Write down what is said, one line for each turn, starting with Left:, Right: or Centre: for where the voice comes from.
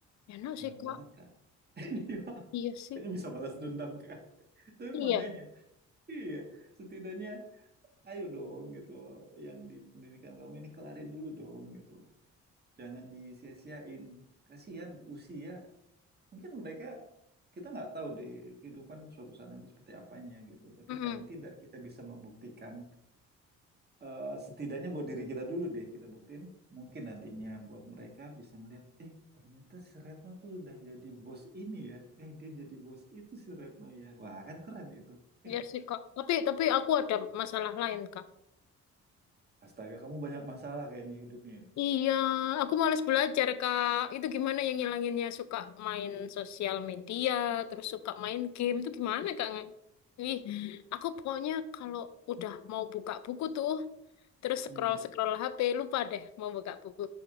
Left: enak
Right: Enak
Left: sih Kak
Right: banget kan? <laughs> Iya,
Left: iya sih
Right: kayaknya bisa balas dendam kan? <laughs> Tapi
Left: iya
Right: makanya, iya, setidaknya ayo dong gitu, yang di pendidikan kamu ini kelarin dulu dong gitu. Jangan disia-siain. Kasihan usia mungkin mereka kita nggak tahu deh kehidupan suatu saat nanti seperti apanya gitu tapi
Left: mm
Right: paling tidak kita bisa membuktikan eh, setidaknya buat diri kita dulu deh kita buktiin mungkin nantinya buat mereka bisa ngeliat eh ternyata si Retno tuh udah jadi bos ini ya eh dia jadi bos itu si Retno ya wah kan keren itu ya
Left: Iya
Right: nggak?
Left: sih Kak tapi tapi aku ada masalah lain Kak
Right: astaga kamu banyak masalah kayaknya hidupnya ini
Left: Iya, aku males belajar, Kak. Itu gimana yang ngilanginnya? Suka main sosial media, terus suka main game. Itu gimana, Kak? Ih, aku pokoknya kalau udah mau buka buku tuh, terus scroll-scroll
Right: Hmm.
Left: HP, lupa deh mau buka buku.